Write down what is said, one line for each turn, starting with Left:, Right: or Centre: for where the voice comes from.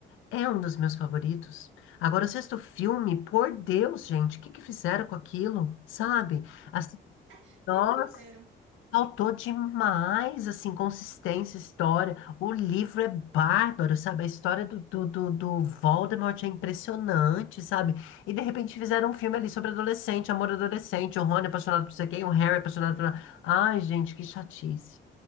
Left: é um dos meus favoritos. Agora, o sexto filme, por Deus, gente, o que que fizeram com aquilo? Sabe? Assim,
Right: O
Left: nossa.
Right: que que fizeram?
Left: Faltou demais, assim, consistência, história. O livro é bárbaro, sabe? A história do, do, do, do Voldemort é impressionante, sabe? E de repente fizeram um filme ali sobre adolescente, amor adolescente, o Rony apaixonado por você quem, o Harry é apaixonado por... Ai, gente, que chatice.